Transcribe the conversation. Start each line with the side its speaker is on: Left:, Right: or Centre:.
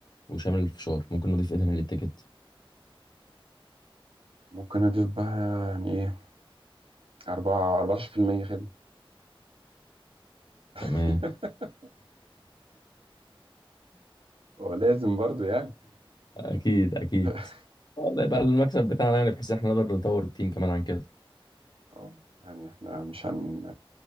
Left: وشامل الفشار ممكن نضيف ايه تاني للتيكت
Right: ممكن اضيف بقى يعني ايه أربعة 14% خدمة
Left: تمام
Right: <laughs> ولازم برضو يعني
Left: أكيد أكيد
Right: <laughs>
Left: آه، ده يبقى المكسب بتاعنا يعني بحيث احنا نقدر نطور التيم كمان عن كده
Right: اه يعني احنا مش هن